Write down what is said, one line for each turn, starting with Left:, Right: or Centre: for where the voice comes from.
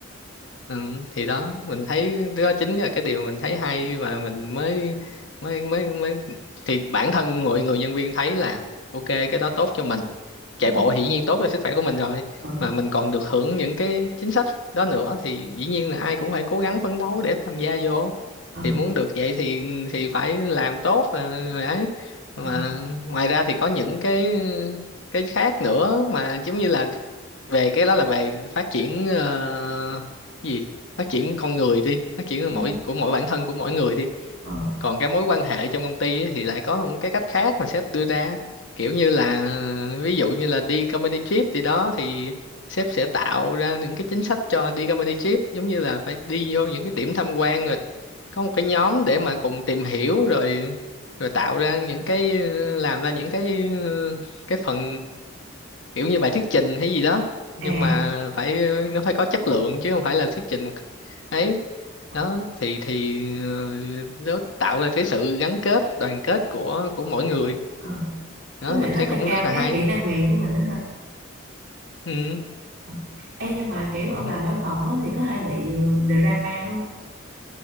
Left: ừ, thì đó
Right: Ờ,
Left: mình thấy đó chính là cái điều mình thấy hay và mình mới mới mới mới thì bản thân mọi người nhân viên thấy là ok cái đó tốt cho mình chạy
Right: Ừ.
Left: bộ hiển nhiên tốt cho sức khỏe của mình rồi
Right: ở
Left: mà mình còn được hưởng những cái chính sách đó nữa thì dĩ nhiên là ai cũng phải cố gắng phấn đấu để tham gia vô
Right: ở
Left: thì muốn được vậy thì thì phải làm tốt ờ, rồi mà ấy mà
Right: ờ
Left: ngoài ra thì có những cái cái khác nữa mà giống như là về cái đó là về phát triển ờ, cái gì phát triển con người đi phát triển
Right: ừ
Left: mỗi của mỗi bản thân của mỗi người đi
Right: ở ở
Left: còn cái mối quan hệ trong công ty ấy, thì lại có một cái cách khác mà sếp đưa ra kiểu như là ờ, ví dụ như là đi company trip thì đó thì sếp sẽ tạo ra những cái chính sách cho đi company trip giống như là phải đi vô những cái điểm tham quan rồi có một cái nhóm để mà cùng tìm hiểu rồi rồi tạo ra những cái làm ra những cái cái phần kiểu như bài thuyết trình hay gì đó nhưng
Right: à
Left: mà phải nó phải có chất lượng chứ không phải là thuyết trình một cách ấy
Right: ở
Left: đó thì thì ờ, nó tạo ra cái sự gắn kết đoàn kết của của mỗi người
Right: ở
Left: đó
Right: với lại
Left: mình
Right: nó
Left: thấy
Right: nâng
Left: cũng
Right: cao
Left: rất là
Right: cái
Left: hay
Right: kỹ năng mềm của mình đó ha
Left: ừ.
Right: ờ. Ê, nhưng mà kiểu ông
Left: ừ.
Right: làm văn phòng á, thì có hay bị ờ, drama không